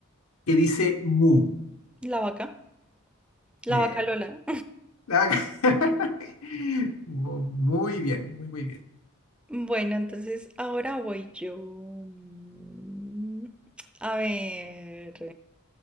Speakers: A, on the left; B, in the centre.
A: que dice mu?
B: La vaca, la
A: Bien.
B: vaca Lola.
A: La vaca. <laughs> Mu- Muy bien, muy, muy bien.
B: Bueno, entonces ahora voy yo. Mm, A ver,